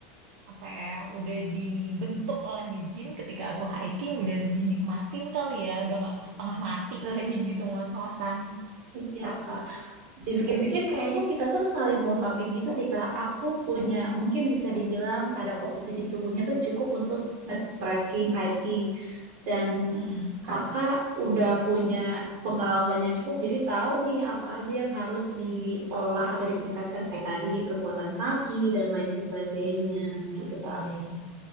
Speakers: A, on the right; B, on the right.
A: apa ya udah dibentuk oleh nge-gym ketika aku hiking udah lebih nikmatin kali ya udah nggak setengah mati <laughs> lagi gitu ngos-ngosan.
B: Iya, Kak. Dipikir-pikir kayaknya kita tuh saling melengkapi gitu sih Kak. Aku punya
A: Iya.
B: mungkin bisa dibilang ada komposisi tubuhnya tuh cukup untuk nge-trekking, hiking. Dan
A: Hmm,
B: Kakak udah punya pengalaman yang cukup jadi tahu nih apa aja yang harus diolah atau ditingkatkan kayak tadi kekuatan kaki dan lain sebagainya
A: ya,
B: gitu
A: ya,
B: Kak.
A: ya, ya.